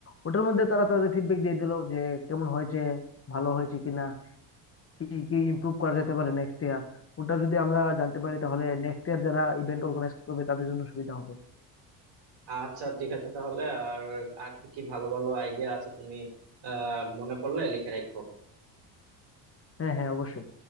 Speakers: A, on the left; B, on the right.
A: ওটার মধ্যে তারা তাদের ফিডব্যাক দিয়ে দিলো যে কেমন হয়েছে ভালো হয়েছে কিনা কি কি ইমপ্রুভ করা যেতে পারে নেক্সট ইয়ার ওটা যদি আমরা জানতে পারি তাহলে নেক্সট ইয়ার যারা ইভেন্ট অর্গানাইজ করবে তাদের জন্য সুবিধা হবে
B: আচ্ছা ঠিক আছে তাহলে আর আর কি কি ভালো ভালো আইডিয়া আছে তুমি আহ মনে পড়লে লিখে রাখো
A: হ্যাঁ হ্যাঁ অবশ্যই